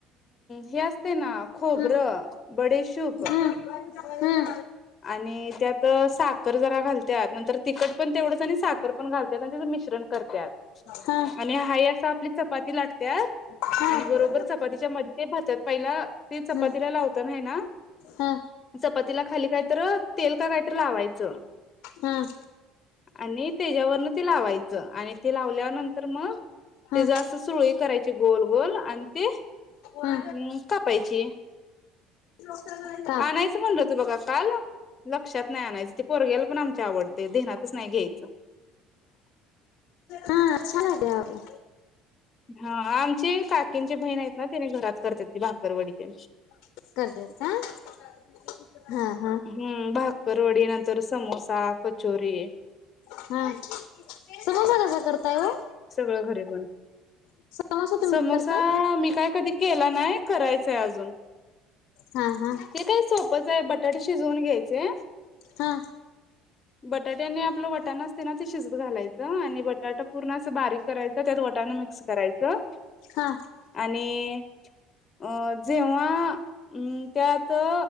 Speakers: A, on the left (about 35°); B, on the left (about 70°).
A: हे असते ना खोबर
B: हम्म
A: <inaudible> ब तुप
B: हम्म हम्म
A: आणि त्यात साखर जरा घालतात नंतर तिखट पण तेवढंच आणि साखर पण घालतात आणि तिथं मिश्रण करतात.
B: हा.
A: आणि हाई असं आपली चपाती <inaudible> लाटते
B: हा हा
A: आणि बरोबर चपातीच्या मध्ये ते भरतात पहिला ते चपातीला
B: हम्म
A: लावतना आहे ना.
B: हा
A: चपातीला खाली काहीतर तेल का कायतर लावायचं.
B: हम.
A: आणि त्याच्यावरन ते लावायचं आणि ते लावल्यानंतर. तर मग
B: हा
A: तेच असं सुरळी करायची गोल, गोल आणि ते हम्म.
B: हा
A: कापायची,
B: <unintelligible> <inaudible>
A: आणायचं म्हटलं होतं बघा काल. लक्षात नाही आणायचं ते पोरग्याला पण आमचा आवडते <inaudible> ध्यानातच नाही घ्यायचं.
B: हा <inaudible> अच्छा <inaudible> लागे ह
A: हा आमचे काकींचे बहीण आहेत ना त्याने घरात करतात ती भाकरवडी <inaudible> त्यानं
B: करतात का? <inaudible>
A: हम्म. भागकरवडी नंतर समोसा, कचोरी.
B: <inaudible> समोसा कसा करता होय
A: सगळं घरी बनव.
B: <unintelligible> <inaudible> समोसा तुम्ही
A: समोसा
B: करताय
A: मी काय कधी केला नाही. करायचंय अजून.
B: हा, हा,
A: ते काय सोपच आहे बटाटे शिजवून घ्यायचे.
B: हा हा
A: बटाट्यांनी आपलं वटाण असते ना ते शिजत घालायचं आणि बटाटा पूर्ण बारीक करायच त्यात वटान मिक्स करायचं
B: हा
A: आणि, अ जेव्हा अ त्यात अ.